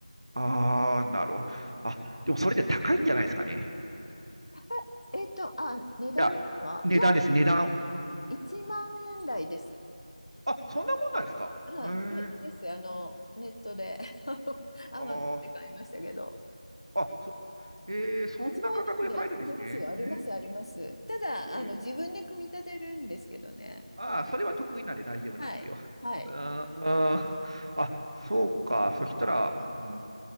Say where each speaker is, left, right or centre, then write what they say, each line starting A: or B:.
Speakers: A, on the right (about 45°); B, on the left (about 45°).
A: ああ、なるほど。あ、でもそれで高いんじゃないですかね。
B: 高い、えっと、あ、値段ですかいや、
A: いや、値段です、値段。
B: 1万円台です。
A: あ、そんなもんなんですか。
B: はい、
A: へえ。
B: で、です。あの、ネットで、あの、アマゾンで買いましたけど。
A: ああ、あ、そ、えー、そんな価格で買えるんですね。
B: 一枚なんで、ありますよ、あります、
A: えー、
B: あります。ただ、
A: えー
B: あの、自分で組み立てるんですけどね。
A: ああ、それは得意なんで大丈夫なんですよ。
B: はい。はい。
A: あー、あーあそうか。そしたら、うん、